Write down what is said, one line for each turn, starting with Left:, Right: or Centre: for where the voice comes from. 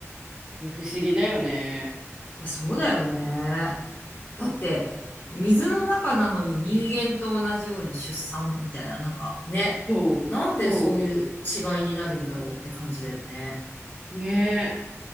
Right: ね、不思議だよね。
Left: や、そうだよね。だって、水の中なのに人間と同じように出産みたいな、なんかね、
Right: そう、
Left: なんでそういう違いになるんだろうって感じだよね。
Right: そう。ね